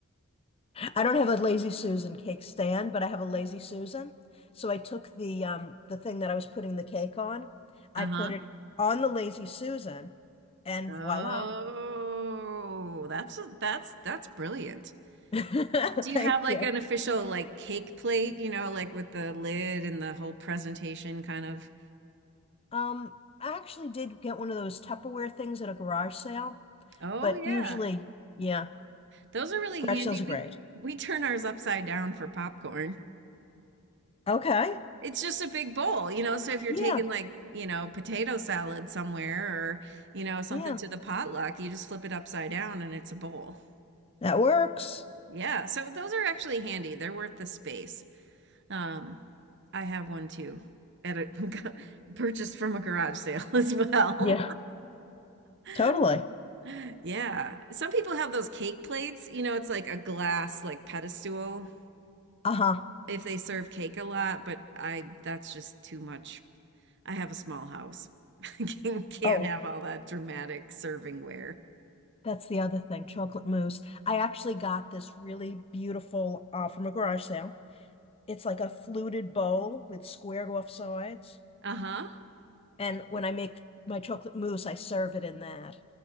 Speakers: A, on the left; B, on the right.
A: I don't have a Lazy Susan cake stand, but I have a Lazy Susan. So I took the um the thing that I was putting the cake on,
B: Uh-huh.
A: I put it on the Lazy Susan, and
B: Oh,
A: voila.
B: that's that's that's brilliant.
A: <laughs>
B: Do
A: Thank
B: you have like
A: you.
B: an official like cake plate, you know, like with the lid and the whole presentation kind of?
A: Um, I actually did get one of those Tupperware things at a garage sale,
B: Oh
A: but
B: yeah.
A: usually, yeah,
B: Those are really
A: garage
B: handy.
A: sales
B: We
A: are great.
B: we turn ours upside down for popcorn.
A: Okay.
B: It's just a big bowl, you know? So if you're
A: Yeah,
B: taking like, you know, potato salad somewhere or, you know, something
A: yeah,
B: to the potluck, you just flip it upside down and it's a bowl.
A: that works.
B: Yeah, so those are actually handy. They're worth the space. Um, I have one too at a <laughs> purchased from a garage sale <laughs> as well.
A: Yeah.
B: <laughs>
A: Totally.
B: Yeah. Some people have those cake plates, you know, it's like a glass like pedestal
A: Uh-huh.
B: if they serve cake a lot, but I that's just too much I have a small house. <laughs> I can- can't
A: Oh,
B: have all that dramatic servingware.
A: That's the other thing, chocolate mousse. I actually got this really beautiful uh, from a garage sale. It's like a fluted bowl with squared off sides.
B: Uh-huh.
A: And when I make my chocolate mousse, I serve it in that.